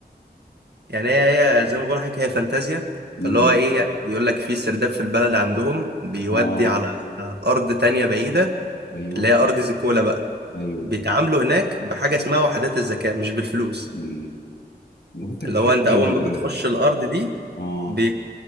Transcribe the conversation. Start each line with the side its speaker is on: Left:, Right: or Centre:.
Right: يعني هي هي زي ما بقول لك هي فانتازيا
Left: م-
Right: فاللي هو ايه يعني بيقول لك في سرداب في البلد عندهم بيودي
Left: اه
Right: على ارض تانية بعيدة
Left: ايوه
Right: اللي هي ارض زيكولا بقى
Left: ايوه
Right: بيتعاملوا
Left: ايوه
Right: هناك بحاجة اسمها وحدات الذكاء مش بالفلوس
Left: م. لو انت بتحب
Right: اللي هو انت اول
Left: ال
Right: ما بتخش الارض دي
Left: اه
Right: بي...